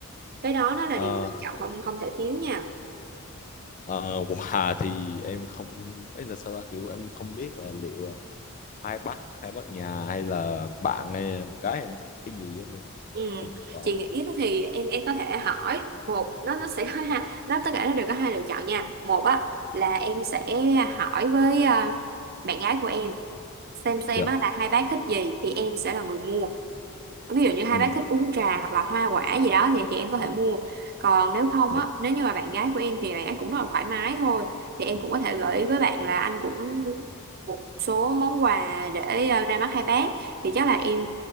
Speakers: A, on the right; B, on the left.
A: cái đó nó là
B: ờ,
A: điều quan trọng không không thể thiếu nha
B: ờ, quà thì em không ấy là sao ta kiểu em không biết là liệu ờ, hai bác hai bác nhà hay là bạn hay là một cái em thích cái gì á, nên là
A: ừ.
B: không có
A: chị nghĩ thì em em có thể hỏi một nó nó sẽ <laughs> có hai nó tất cả nó đều có hai lựa chọn nha một á là em sẽ hỏi với ờ, bạn gái của em xem xem
B: dạ
A: á là hai bác thích gì thì em sẽ là người mua ví dụ như hai
B: ừ,
A: bác thích uống trà hoặc là hoa quả gì đó thì chị em có thể mua còn nếu không
B: dạ
A: á nếu như mà bạn gái của em thì bạn ấy cũng rất là thoải mái thôi thì em cũng có thể gợi ý với bạn là anh cũng muốn một số món quà để ờ, ra mắt hai bác thì chắc là em